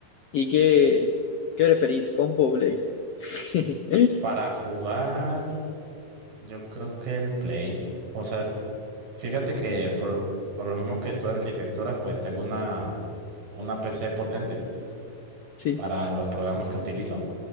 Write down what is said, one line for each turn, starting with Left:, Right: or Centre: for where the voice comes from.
Left: ¿Y qué, qué preferís, compo o Play? <laughs>
Right: Para jugar, yo creo que el Play. O sea, fíjate que por, por lo mismo que estudio arquitectura, pues tengo una, una PC potente
Left: Sí,
Right: para los programas que utilizo.